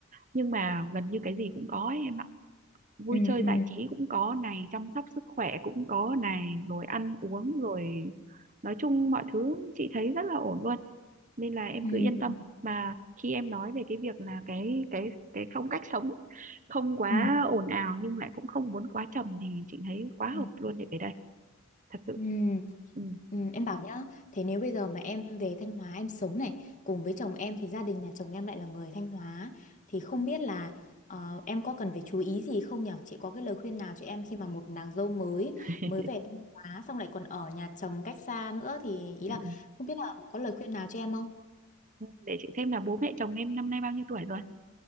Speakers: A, on the right; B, on the left.
A: nhưng mà gần như cái gì cũng có ấy, em ạ vui
B: ừ
A: chơi
B: ừ
A: giải trí cũng có này chăm sóc sức khỏe cũng có này rồi ăn uống rồi nói chung mọi thứ chị thấy rất là ổn luôn nên là em
B: ừ
A: cứ yên tâm mà khi em nói về cái việc là cái cái cái phong cách sống không quá
B: ừ
A: ồn ào nhưng lại cũng không muốn quá trầm thì chị thấy quá
B: ừ.
A: hợp luôn để về đây thật sự
B: Ừ.
A: ừ.
B: Ừ, em bảo nhá, thế nếu bây giờ mà em về Thanh Hóa em sống này cùng với chồng em thì gia đình nhà chồng em lại là người Thanh Hóa thì không biết là ờ, em có cần phải chú ý gì không nhở Chị có cái lời khuyên nào cho em khi mà một nàng dâu mới
A: <laughs>
B: mới về Thanh Hóa xong lại còn ở nhà chồng cách xa nữa thì ý
A: Ừ.
B: là không biết là có lời khuyên nào cho em không?
A: Để chị xem là bố mẹ chồng em năm nay bao nhiêu tuổi rồi